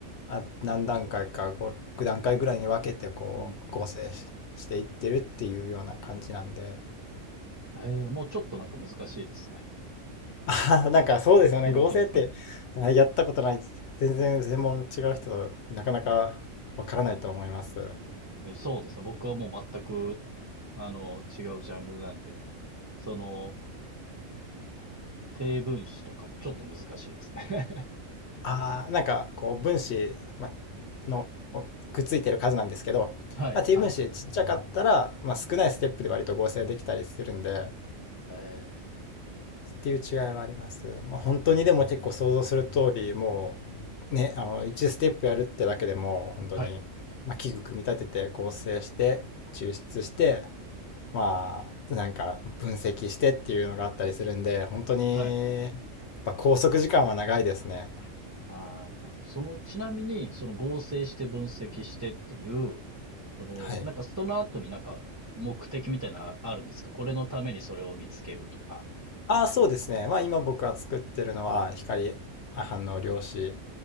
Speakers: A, on the left; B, on the right.
A: まあ、何段階か、6段階ぐらいに分けて、こう、
B: うん。
A: 合成し、していってるっていうような感じなんで、
B: えー、もうちょっとなんか難しいですね。
A: <laughs> あーなんかそうですよね。
B: 素人の僕には。
A: 合成って、あやったことない、全然専門違う人となかなかわからないと思います。
B: えそうですね。僕はもう全く、あの、違うジャンルなんで、その、低分子とかもちょっと難しいですね。
A: ああ、なんかこう分子、ま、のくっついてる数なんですけど、
B: はい、
A: まあ、T
B: はい。
A: 分子ちっちゃかったら、まあ、少ないステップで割と合成できたりするんで、
B: えー
A: っていう違いはあります。まあ、本当にでも結構想像する通り、もうね、あの1ステップやるってだけでも本当に、
B: はい、
A: まあ、器具組み立てて合成して抽出して、まあなんか分析してっていうのがあったりするんで、本当にやっ
B: はい。
A: ぱ拘束時間は長いですね。
B: ああ、なるほどその、ちなみに、その合成して分析してっていう、その、
A: はい。
B: なんかその後になんか目的みたいなのあるんですかこれのためにそれを見つけるとか。
A: ああ、そうですね。まあ今僕が作ってるのは光反応量子